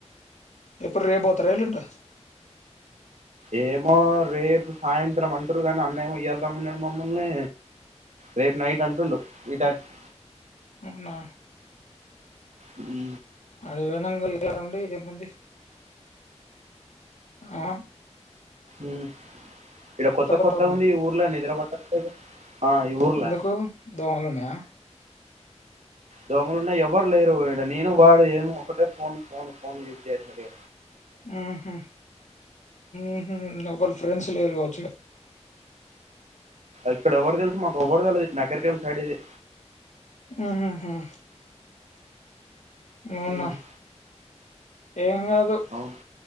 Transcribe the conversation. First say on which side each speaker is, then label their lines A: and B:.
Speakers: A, on the left; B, on the right.
A: ఎప్పుడు రేపోతారా ఎల్లుండా
B: ఏమో రేపు సాయంత్రం అంటుంర్రు కానీ అన్న ఏమో ఇయ్యల రమ్మన్నాడు మమ్మలిని రేపు నైట్ అంటుండు ఈ టైమ్ కీ
A: అవున
B: ఉ
A: ఆడికి పోయినంక <unintelligible> ఏమంది ఆ
B: ఉం ఇడ కొత్త
A: కొత్తగా
B: కొత్త
A: ఉందా
B: ఉంది ఈ ఊర్లో నిద్రపట్టట్లేదు అ ఈ ఊర్ల
A: ఎందుకు దోమలున్నాయా
B: దోమలు ఉన్నా ఎవరు లేరు ఈడ నేను వాడు ఏమో ఒకటే ఫోన్ ఫోన్ ఫోన్ యూజ్ చేతడే
A: ఉహు ఉహు నవ్ వాళ్ళ ఫ్రెండ్స్ లేరుకావచ్చు ఇడ
B: ఇక్కడ ఎవ్వరు తెల్స్ మాకు ఒవ్వరి తెల్ది ఇనసర్కల్ సైడ్ ఇది
A: ఆహా అవునా
B: ఉమ్,
A: ఏంకాదు
B: అవును